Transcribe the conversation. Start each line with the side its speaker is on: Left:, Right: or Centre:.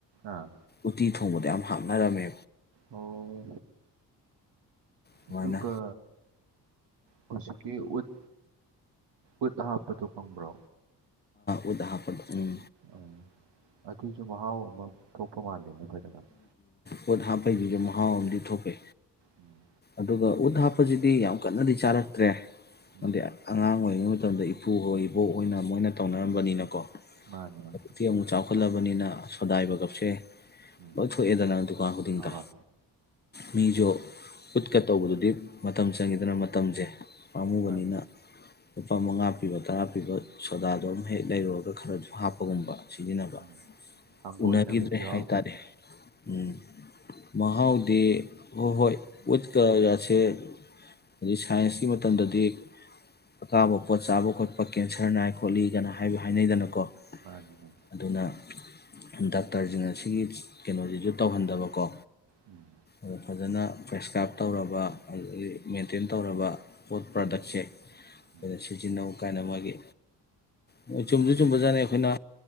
Right: ꯑꯥ
Left: ꯎꯇꯤ ꯊꯣꯡꯕꯗ ꯌꯥꯝ ꯍꯥꯞꯅꯔꯝꯃꯦ
Right: ꯑꯣ
Left: ꯑꯗꯨꯃꯥꯏꯅ
Right: ꯑꯗꯨꯒ ꯍꯧꯖꯤꯛꯀꯤ ꯎꯠ ꯎꯠ ꯍꯥꯞꯄꯗꯨ <unintelligible>
Left: ꯎꯠ ꯍꯥꯞꯄꯗꯣ ꯎꯝ
Right: ꯑꯪ ꯑꯗꯨꯁꯨ ꯃꯍꯥꯎ ꯑꯃ ꯊꯣꯛꯄ ꯃꯥꯂꯤꯅꯦ ꯅ <unintelligible>
Left: ꯄꯣꯠ ꯍꯥꯞꯄꯩꯗꯨꯒꯤ ꯃꯍꯥꯎ ꯑꯃꯗꯤ ꯊꯣꯛꯄꯦ
Right: ꯎꯝ
Left: ꯑꯗꯨꯒ ꯎꯠ ꯍꯥꯞꯄꯁꯤꯗꯤ ꯌꯥꯝ ꯀꯟꯅꯗꯤ ꯆꯥꯔꯛꯇ꯭ꯔꯦ <unintelligible>
Right: ꯎꯝ
Left: ꯑꯉꯥꯡ ꯑꯣꯏ ꯑꯣꯢꯔꯤꯉꯩ ꯃꯇꯝꯗ ꯏꯄꯨ ꯍꯣꯏ ꯏꯕꯣꯛ ꯑꯣꯏꯅ ꯃꯣꯏꯅ ꯇꯧꯅꯔꯝꯕꯅꯤꯅꯀꯣ
Right: ꯃꯥꯅꯦ ꯃꯥꯅꯦ
Left: ꯍꯧꯖꯤꯛꯇꯤ ꯑꯃꯨꯛ ꯆꯥꯎꯈꯠꯂꯕꯅꯤꯅ ꯁꯣꯗꯥꯏꯕꯥꯢꯒꯞꯁꯦ
Right: ꯎꯝ
Left: ꯂꯣꯢ ꯊꯣꯛꯑꯦꯗꯅ ꯗꯨꯀꯥꯟ ꯈꯨꯗꯤꯡꯗ
Right: ꯍꯣꯏ ꯍꯣꯏ
Left: ꯃꯤꯁꯨ ꯎꯠꯀ ꯇꯧꯕꯗꯨꯗꯤ ꯃꯇꯝ ꯆꯪꯉꯤꯗꯅ ꯃꯇꯝꯁꯦ ꯄꯥꯝꯃꯨꯕꯅꯤꯅ
Right: ꯃꯥꯅꯤ
Left: ꯂꯨꯄꯥ ꯃꯉꯥ ꯄꯤꯕ ꯇꯔꯥ ꯄꯤꯕ ꯁꯣꯗꯥꯗꯣ ꯑꯃꯝ ꯍꯦꯛ ꯂꯩꯔꯨꯔꯒ ꯈꯔꯁꯨ ꯍꯥꯞꯄꯒꯨꯝꯕ ꯁꯤꯖꯤꯟꯅꯕ
Right: ꯎꯝ ꯍꯪꯒꯣꯏꯅꯕꯁꯨ
Left: ꯎꯅꯒꯤꯗ꯭ꯔꯦ
Right: ꯌꯥꯎꯔꯝꯒꯅꯤ
Left: ꯍꯥꯏꯇꯥꯔꯦ ꯎꯝ ꯃꯍꯥꯎꯗꯤ ꯍꯣꯏ ꯍꯣꯏ ꯎꯠꯀꯒꯁꯦ ꯍꯥꯏꯗꯤ ꯁꯥꯏꯟꯁꯀꯤ ꯃꯇꯝꯗꯗꯤ ꯑꯀꯥꯕ ꯄꯣꯠ ꯆꯥꯕ ꯈꯣꯠꯄ ꯀꯦꯟꯁꯔ ꯅꯥꯏ ꯈꯣꯠꯂꯤꯒꯅ ꯍꯥꯏꯕ ꯍꯥꯏꯅꯩꯗꯅꯀꯣ
Right: ꯃꯥꯅꯤꯅꯦ
Left: ꯑꯗꯨꯅ ꯗꯥꯛꯇꯔꯁꯤꯡ ꯁꯤꯒꯤ ꯀꯩꯅꯣꯁꯤꯁꯨ ꯇꯧꯍꯟꯗꯕꯀꯣ
Right: ꯎꯝ
Left: <unintelligible> ꯐꯖꯅ ꯄ꯭ꯔꯦꯁꯀ꯭ꯔꯥꯏꯞ ꯇꯧꯔꯕ ꯑꯗꯨꯗꯒꯤ ꯃꯦꯟꯇꯦꯟ ꯇꯧꯔꯕ ꯄꯣꯠ ꯄ꯭ꯔꯗꯛꯁꯦꯈ
Right: ꯎꯝ ꯎꯝ
Left: ꯁꯤꯖꯤꯟꯅꯧ ꯀꯥꯏꯅ ꯃꯣꯏꯒꯤ ꯃꯣꯏ ꯆꯨꯝꯁꯨ ꯆꯨꯝꯕꯖꯥꯠꯅꯤ ꯑꯩꯈꯣꯏꯅ